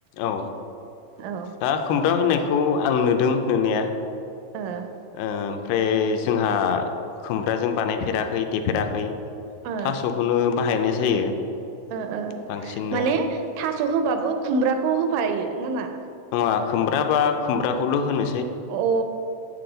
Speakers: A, on the left; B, on the right.
A: औ
B: औ
A: दा खुमब्रा होनायखौ आं नुदों नुनाया
B: ओ।
A: ओमफ्राय जोंहा खुमब्राजों बानायफेराखै देफेराखै।
B: ओ
A: थास'खौनो बाहायनाय जायो।
B: ओ ओ
A: बांसिननो
B: माने थास' होबाबो खुमब्राखौ होफायो नामा?
A: नङा खुमब्रा बा खुमब्राखौल' होनो
B: अ' ओ